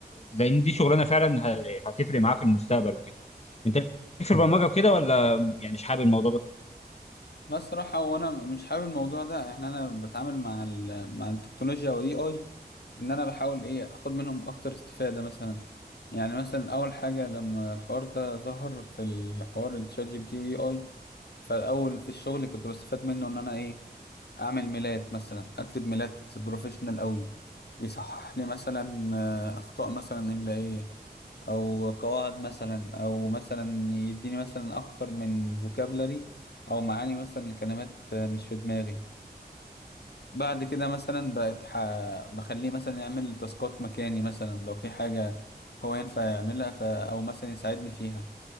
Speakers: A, on the left; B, on the left.
A: لان دي شغلانه فعلا ه- هتفرق معاه في المستقبل وكده انت ليك في البرمجه وكده ولا يعني مش حابب الموضوع ده؟
B: بس الصراحه هو انا مش حابب الموضوع ده يعني انا بتعامل مع ال- مع التكنولوجيا واي اي اي، ان انا بحاول ايه اخد منهم اكتر استفاده مثلا يعني مثلا اول حاجه لما الحوار ده ظهر في الحوار الشات جي بي تي واي اي فالاول في الشغل كنت بستفاد منه ان انا ايه اعمل ميلاد مثلا اكتب ميلاد بروفيشنال قوي يصحح لي مثلا آه، اخطاء مثلا املائيه او قواعد مثلا او مثلا يديني مثلا اكتر من فوكابلري او معاني مثلا لكلمات آه، مش في دماغي بعد كده مثلا بقت ح... بخليه مثلا يعمل تاسكات مكاني مثلا لو في حاجه هو ينفع يعملها ف... او مثلا يساعدني فيها